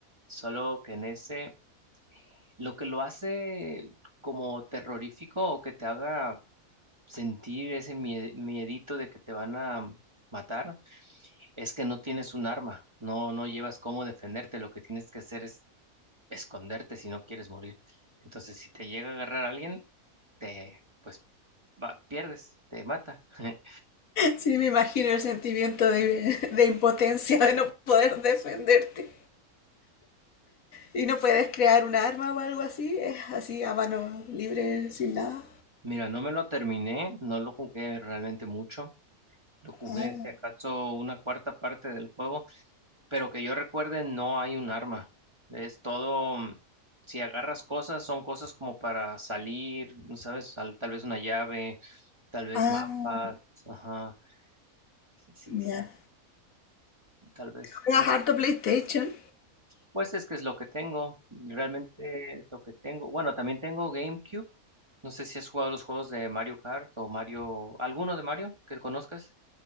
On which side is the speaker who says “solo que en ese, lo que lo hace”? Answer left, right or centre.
Right